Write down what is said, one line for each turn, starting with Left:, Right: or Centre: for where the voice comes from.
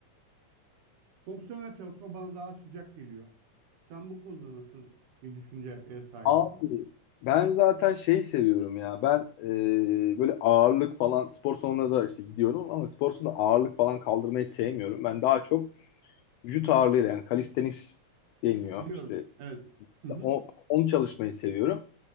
Right: Fonksiyonel çalışma bana daha sıcak geliyor. Sen bu konuda nasıl bir düşünceye sahipsin?
Left: Abi ben zaten şey seviyorum ya ben e, böyle ağırlık falan spor salonuna da işte gidiyorum ama spor salonunda ağırlık falan kaldırmayı sevmiyorum. Ben daha çok vücut ağırlığıyla yani calisthenics deniyor
Right: Biliyorum.
Left: işte
Right: Evet. Hı hı.
Left: o, onu çalışmayı seviyorum.